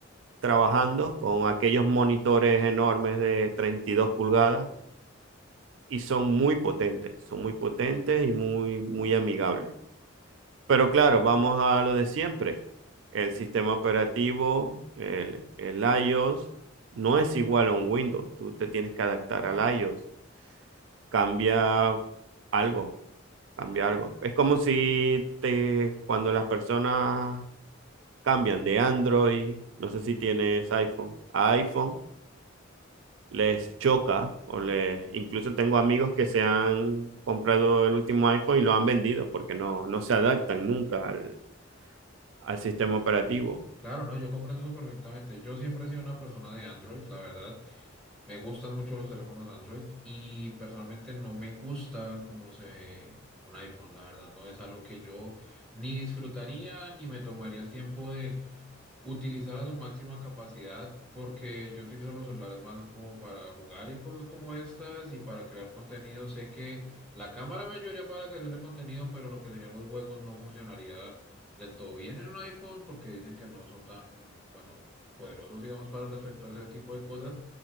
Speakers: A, on the right; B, in the centre.
A: trabajando con aquellos monitores enormes de 32 pulgadas y son muy potentes, son muy potentes y muy, muy amigables. Pero claro, vamos a lo de siempre. El sistema operativo, el, el iOS, no es igual a un Windows. Tú te tienes que adaptar al iOS. cambia algo, cambia algo. Es como si te, cuando las personas cambian de Android, no sé si tienes iPhone, a iPhone les choca o les, incluso tengo amigos que se han comprado el último iPhone y lo han vendido porque no, no se adaptan nunca al, al sistema operativo.
B: Claro, no, yo comprendo eso perfectamente. Yo siempre he sido una persona de Android, la verdad. Me gustan mucho los teléfonos Android y personalmente no me gusta cómo se ve un iPhone, la verdad. No es algo que yo ni disfrutaría ni me tomaría el tiempo utilizar a su máxima capacidad, porque yo utilizo los celulares más es como para jugar y cosas como estas y para crear contenido. Sé que la cámara me ayudaría para la creación de contenido, pero lo que serían los juegos no funcionaría del todo bien en un iPhone porque dicen que no son tan, bueno, poderosos, digamos, para respecto a ese tipo de cosas.